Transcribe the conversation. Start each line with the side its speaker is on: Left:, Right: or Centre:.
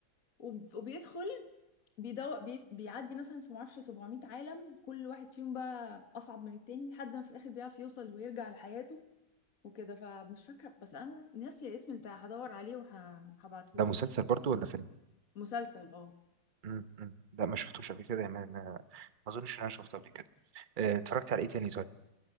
Left: وب- وبيدخل بيدور بي... بيعدي مثلا في معرفش 700 عالم كل واحد فيهم بقى أصعب من التاني لحد ما في الآخر بيعرف يوصل ويرجع لحياته وكده فمش فاكرة بس أنا ناسية اسم بتاع هدور عليه وه... وهبعتهولك
Right: ده مسلسل برضو ولا فيلم
Left: مسلسل اه
Right: امم أمم. لا ما شفتوش قبل كده ما ما ما اظنش ان انا شفته قبل كده آه، اتفرجت على ايه تاني طيب